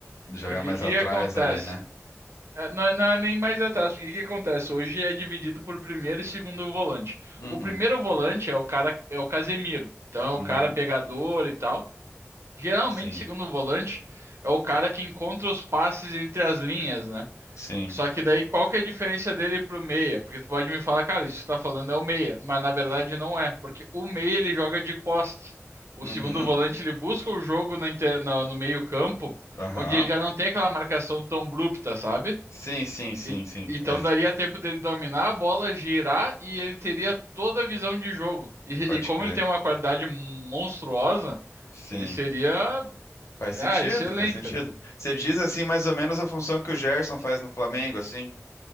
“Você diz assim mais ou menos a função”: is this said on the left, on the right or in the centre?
Left